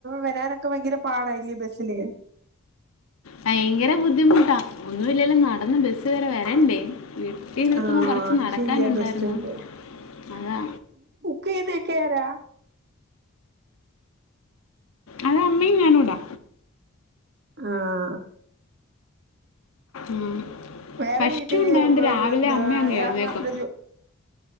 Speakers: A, on the right; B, on the left.
A: വരാനൊക്കെ ഭയങ്കര പാടായില്ലേ ബസ്സില്
B: ഭയങ്കര ബുദ്ധിമുട്ടാ ഒന്നില്ലല്ലോ നടന്ന് ബസ്സ് വരെ വരണ്ടേ വീട്ടി നിർത്തുന്ന
A: ആഹ്
B: കൊറച്ച്
A: അത്
B: നടക്കാനുണ്ടായിരുന്നു
A: ശരിയാ ബസ് സ്റ്റോപ്പ് വരെ
B: അതാ
A: <unintelligible>
B: അത് അമ്മേം ഞാനുണ്ടാ
A: ആഹ്
B: ഉം
A: വേറെ
B: പശു
A: വീട്ടിൽ
B: ഇണ്ടായണ്ട് രാവിലെ
A: എന്തുവാ
B: അമ്മേ അങ്ങ്
A: ഇയാള്
B: എഴുന്നേക്കും
A: മാത്രേ ജോ